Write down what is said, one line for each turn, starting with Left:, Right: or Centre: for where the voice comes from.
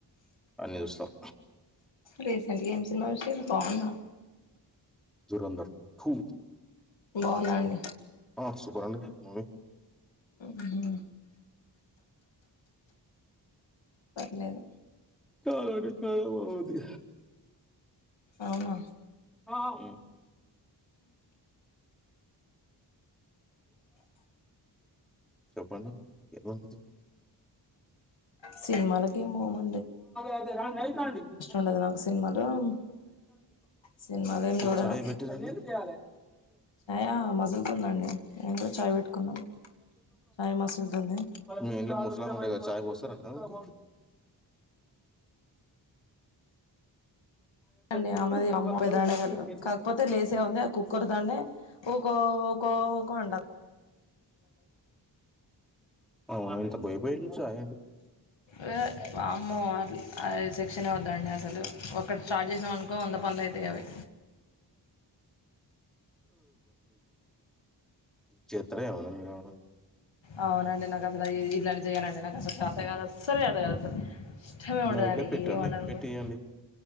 Centre: అన్ని చూస్తాం
Left: రీసెంట్గా ఏం సినిమా షూసిరు బాగుంద
Centre: దురందర్ తూ
Left: బావుందం
Centre: అహ్ సూపర్ అండి మూవి
Left: మ్మ్ పర్లేదు
Centre: <unintelligible> బావుంది
Left: అవును
Centre: ఉమ్ చెప్పండి <unintelligible>
Left: సినిమాలకేమో మ
Centre: అయిపోయిందా
Left: ఉండదు నాకు సినిమాలు సినిమాలేం చూడను
Centre: చాయ్ పెట్టిర్రా అండి
Left: ఛాయ మసులుతుందండి నేను కూడా ఛాయ్ పెట్టుకున్నాం ఛాయ్ మసులుతుంది
Centre: మీ ఇంట్ల ముసలామె ఉంటది గదా చాయ్ పోస్తారా ఆమెకు
Left: అండి
Centre: కోసం
Left: ఆమెది ఆమ్మో
Centre: ఎవరు
Left: <unintelligible>
Centre: ఉండరు మిషన్ చేసి
Left: కాకపొతే లేసేవుంది ఆ కుక్కోర్తంటే వుకో కో వుకో వుకొ అంటాన్
Centre: అవునా ఇంత పోయి పోయిల్లు చాయి
Left: వె వామ్మో అ సెక్షనే వద్దండి అసలు ఒకటి స్టార్ట్ చేసినం అనుకో వంద పనులు అయితాయ్ అవి
Centre: చెత్తర్ర ఏమన్న మీరు ఆమె
Left: అవునండి నాకు అసలు ఇది ఇట్లాంటి చేయనండి. నాకు అసలు చాత గాదు. అస్సల్ చాత గాదు అసల్ ఇష్టమే ఉండదండి.
Centre: మా దగ్గర పెట్టండి
Left: ఏమనది
Centre: పెట్టియండి
Left: గని